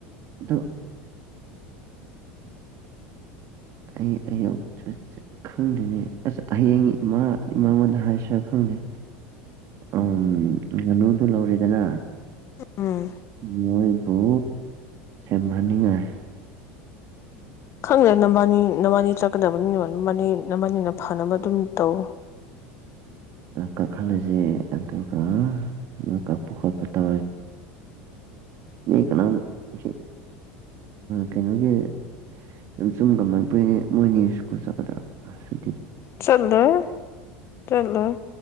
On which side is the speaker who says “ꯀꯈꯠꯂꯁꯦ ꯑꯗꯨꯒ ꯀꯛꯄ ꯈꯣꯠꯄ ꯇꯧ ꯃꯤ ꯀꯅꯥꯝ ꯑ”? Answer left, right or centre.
Right